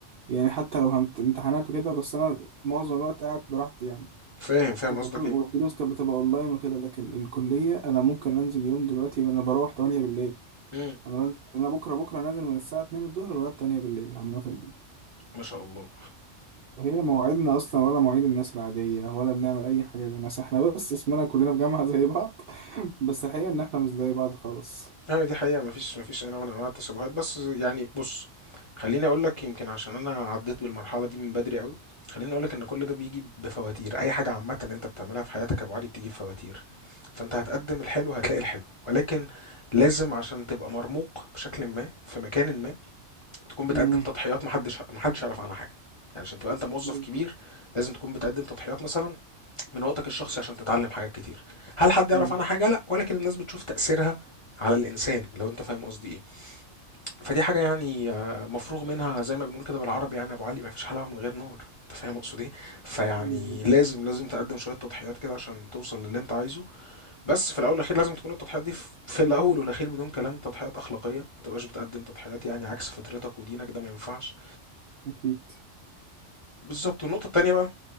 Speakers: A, on the right (about 55°); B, on the left (about 40°).
A: يعني حتى لو همت- امتحانات وكده بس انا معظم الوقت قاعد براحتي يعني
B: فاهم فاهم
A: وكمان
B: قصدك
A: والدروس
B: ايه
A: كانت بتبقى اونلاين وكده لكن الكليه انا ممكن انزل يوم دلوقتي وانا بروح 8 بالليل
B: امم
A: انا بنزل انا بكره بكره نازل من الساعه 2 الظهر لغايه 8 بالليل عامه يعني
B: ما شاء الله
A: وهي مواعيدنا اصلا ولا مواعيد الناس العاديه ولا بنعمل اي حاجه زي الناس احنا بس اسمنا كلنا في جامعه زي بعض <laughs> بس الحقيقه ان احنا مش زي بعض خالص
B: اه دي حقيقة مفيش مفيش أي نوع من أنواع التشابهات بس يعني بص خليني أقول لك يمكن عشان أنا عديت بالمرحلة دي من بدري قوي خليني أقول لك إن كل ده بيجي بفواتير أي حاجة عامة أنت بتعملها في حياتك يا أبو علي بتيجي بفواتير فأنت هتقدم الحلو هتلاقي الحلو ولكن لازم عشان تبقى مرموق بشكل ما في مكان ما تكون بتقدم
A: مم.
B: تضحيات محدش محدش يعرف عنها حاجة يعني عشان تبقى أنت موظف
A: بالظبط.
B: كبير لازم تكون بتقدم تضحيات مثلا من وقتك الشخصي عشان تتعلم حاجات كتير هل حد يعرف
A: آه،
B: عنها حاجه لا ولكن الناس بتشوف تاثيرها على الانسان لو انت فاهم قصدي ايه فدي حاجه يعني آه، مفروغ منها زي ما بنقول كده بالعربي يعني ابو علي ما فيش حلاوه من غير نار انت فاهم اقصد ايه فيعني
A: بالظبط.
B: لازم لازم تقدم شويه تضحيات كده عشان توصل للي انت عايزه بس في الاول والاخير لازم تكون التضحيات دي في في الاول والاخير بدون كلام تضحيات اخلاقيه ما تبقاش بتقدم تضحيات يعني عكس فطرتك ودينك ده ما ينفعش
A: أكيد
B: وبالظبط والنقطه التانيه بقى